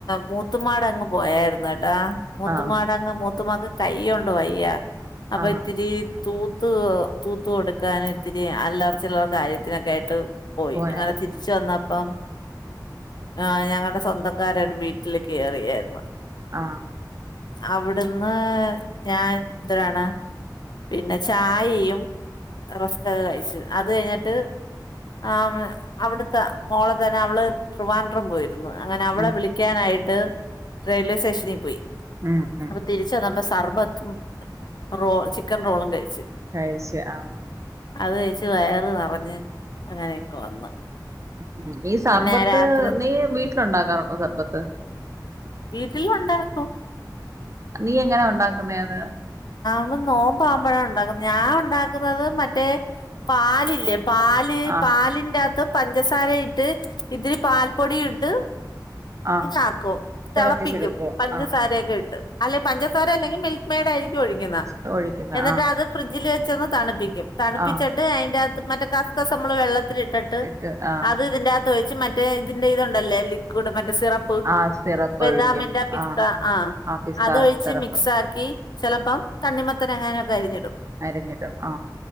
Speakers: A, on the left (about 70°); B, on the right (about 40°).
A: മൂ മൂത്തുമാട് അങ്ങ് പോയാർന്ന് താ മുത്തുമാടങ്ങ്
B: ആഹ്
A: മു മൂത്തുമ്മാക്ക് കയ്യോണ്ട് വയ്യ അപ്പൊത്തിരി
B: ആഹ്
A: തൂത്ത് തൂത്ത് കൊടുക്കാൻ ഇത്തിരി അല്ലറ ചില്ലറ കാര്യത്തിനൊക്കെ ആയിട്ട് പോയി
B: പോയായിരുന്നു
A: അങ്ങനെ തിരിച്ച്
B: ഉം
A: വന്നപ്പം ആ ഞങ്ങടെ സ്വന്തക്കാരെ ഒരു വീട്ടില് കേറിയായിരുന്നു
B: ആഹ്
A: അവിടുന്ന് ഞാൻ ഇതരാണ് പിന്നെ ചായയും റസ്കൊക്കെ കഴിച്ചു അത് കഴിഞ്ഞിട്ട് ആ അവിടുത്തെ മോളെ തന്നെ അവള് ട്രിവാൻഡ്രം പോയിരുന്നു അങ്ങനെ അവളെ
B: ഉം
A: വിളിക്കാനായിട്ട് റെയിൽവേ സ്റ്റേഷനിൽ പോയി
B: ഉം ഉം
A: അപ്പൊ തിരിച്ചതോ? സർബത്ത് റോ ചി ക്കൻ റോളും കഴി
B: കഴിച്ച ആഹ്
A: അത് കഴിച്ചു വയറ് നിറഞ്ഞ് അങ്ങനെ ഒക്കെ വന്ന്
B: ഉം ഈ സർബത്ത്
A: പിന്നെ രാത്രി ഒന്ന്
B: നി വീ ഉണ്ടാക്കാറുണ്ടോ സർബത്ത്
A: വീട്ടിലും ഉണ്ടാക്കും
B: നീ എങ്ങനെ ഉണ്ടാക്കുന്നേ അത്?
A: നമ്മ നോമ്പ് ആവുമ്പോഴാണ് ഉണ്ടാക്കുന്നത് ഞാൻ ഉണ്ടാക്കുന്നത് മറ്റേ പാലില്ലേ പാല്
B: ആഹ്
A: പാലിന്റെ അതും പഞ്ചസാര ഇട്ട് ഇത്തിരി പാൽപ്പൊടിമ് ഇട്ട്
B: ആ
A: ഇതാക്കും
B: തിളപ്പിച്ചെടുക്കുവോ
A: തിളപ്പിക്കും പഞ്ചസാരയൊക്കെ
B: ആഹ്
A: ഇട്ട് അല്ല പഞ്ചസാര അല്ലെങ്കിൽ മിൽക്ക് മെയ്ഡ് ആയിരിക്കും ഒഴിക്കുന്നത്
B: ആഹ് ഒഴിക്കുന്ന
A: എന്നിട്ട്
B: ആഹ്
A: അത് ഫ്രിഡ്ജിൽ വെച്ച് വെച്ചോന്ന് തണുപ്പിക്കും തണുപ്പിച്ചിട്ട്
B: ആഹ്
A: അയിന്റെ മറ്റേ കസ്കസ് നമ്മള് വെള്ളത് ത്തിൽ ഇട്ടിട്ട്
B: ഇട്ട് ആഹ്
A: അത് ഇതിന്റാത്ത് തോയിച്ച് മറ്റെ ഇതിന്റെ ഇതുണ്ടല്ലോ ലിക്വിഡ് മറ്റെ സിറപ്പ്
B: ആഹ് സിറപ്പ്
A: ബദാമിന്റെ
B: ഒഴിക്കും
A: പിസ്ത
B: ആഹ്
A: ആ
B: ആഹ് പിസ്ത
A: അതൊഴിച്
B: സിറപ്പ്
A: മിക്സ് ആക്കി ചെലപ്പം തണ്ണിമത്തൻ അങ്ങനെയൊകെ അരിഞ്ഞിടും
B: അരിഞ്ഞിടും ആ